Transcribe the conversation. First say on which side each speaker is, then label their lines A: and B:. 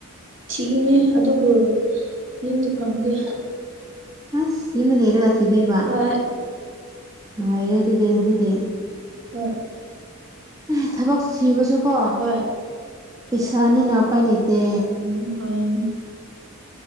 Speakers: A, on the right; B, on the right.
A: ꯊꯤꯈꯤꯅꯦ ꯑꯗꯨꯕꯨ ꯌꯨꯝꯗ ꯐꯪꯗꯦ
B: ꯑꯁ ꯌꯨꯝꯗ ꯂꯩꯔꯒ ꯊꯤꯗꯣꯏꯕ
A: ꯍꯣꯏ
B: ꯅꯨꯡꯉꯥꯏꯔꯦ ꯑꯗꯨꯗ ꯅꯈꯣꯏꯗꯤ
A: ꯍꯣꯏ
B: ꯑꯦ ꯊꯕꯛ ꯊꯤꯕꯁꯨꯀꯣ
A: ꯍꯣꯏ
B: ꯄꯩꯁꯥꯅꯤꯅ ꯎꯄꯥꯏ ꯂꯩꯇꯦ
A: ꯎꯝ ꯍꯣꯏ